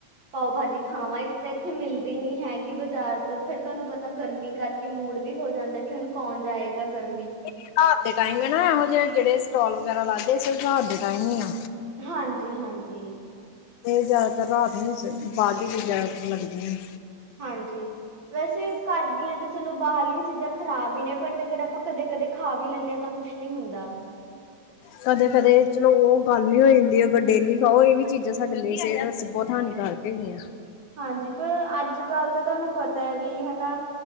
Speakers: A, on the right; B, on the left.
A: ਪਾਓ-ਭਾਜੀ ਖਾਵਾਂ, ਇੱਕ ਤੇ, ਇੱਥੇ ਮਿਲਦੀ ਨੀ ਹੈਗੀ ਬਾਜ਼ਾਰ। ਜ-ਫੇਰ ਤਹਾਨੂੰ ਪਤਾ ਗਰਮੀ ਕਰਕੇ ਮੂਡ ਵੀ ਹੋ ਜਾਂਦਾ, ਕੀ ਹੁਣ ਕੌਣ ਜਾਏਗਾ ਗਰਮੀ
B: <inaudible> ਰਾਤ ਦੇ ਟਾਇਮ ਨਾ, ਓ, ਜਿਹੇ-ਜਿਹੜੇ ਸਟੋਲ ਵਗੈਰਾ ਲਾਦੇ, ਸਿਰਫ ਰਾਤ ਦੇ ਟਾਈਮ ਹੀ ਆ
A: ਹਾਂਜੀ-ਹਾਂਜੀ
B: ਏ ਜਿਆਦਾ ਰਾਤ ਨੂੰ <inaudible> ਲੱਗਦੀਆ ਨੇ
A: ਹਾਂਜੀ। ਵੈਸੇ ਘਰ ਦੀਆਂ ਤਾਂ ਚਲੋ ਬਾਰਲੀਆਂ ਚੀਜ਼ਾਂ ਖਰਾਬ ਈ ਨੇ, ਬਟ ਅਗਰ ਆਪਾਂ ਕਦੇ-ਕਦੇ ਖਾ ਵੀ ਲੈਂਨੇ ਆ ਤਾਂ ਕੁਛ ਨੀ ਹੁੰਦਾ।
B: ਕਦੇ-ਕਦੇ ਚਲੋ ਓ ਗੱਲ <inaudible> ਯਾਂਦੀ, ਡੇਲੀ ਖਾਓ ਏ ਵੀ ਚੀਜ਼ਾਂ ਸਾਡੇ ਲਈ ਸਹਿਤ ਆਸਤੇ ਬਹੁਤ ਹਾਨੀਕਾਰ ਏਦੀਆਂ
A: ਹਾਂਜੀ, ਪਰ ਅੱਜ-ਕੱਲ੍ਹ ਤਾਂ ਤਾਨੂੰ ਪਤਾ ਐ ਵੀ, ਹੈਨਾ